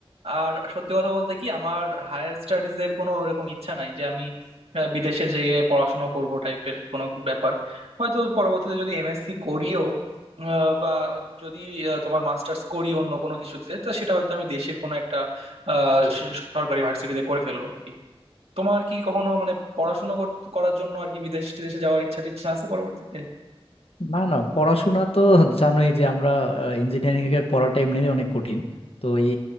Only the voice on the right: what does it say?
আর সত্যি কথা বলতে কি আমার হায়ার স্টাডিজ এর কোনো ওরকম ইচ্ছা নাই যে আমি আহ, বিদেশে যেয়ে পড়াশোনা করব টাইপের কোনো ব্যাপার হয়তো পরবর্তীতে যদি এমএসসি করিও আহ, বা যদি আহ, তোমার মাস্টার্স করি অন্য কোনো কিছুতে তো সেটা হয়তো আমি দেশের কোনো একটা আহ, স- সরকারি ভার্সিটিতে করে ফেলবো আর কি তোমার কি কখনো মানে পড়াশোনা কর- করার জন্য আর কি বিদেশ টিদেশে যাওয়ার ইচ্ছা টিচ্ছা আছে পরবর্তীতে